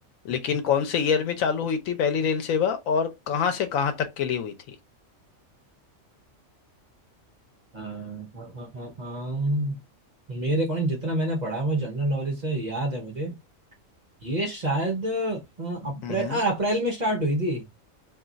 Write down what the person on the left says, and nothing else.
लेकिन कौन से ईयर में चालू हुई थी पहली रेल सेवा और कहाँ से कहाँ तक के लिए हुई थी
हम्म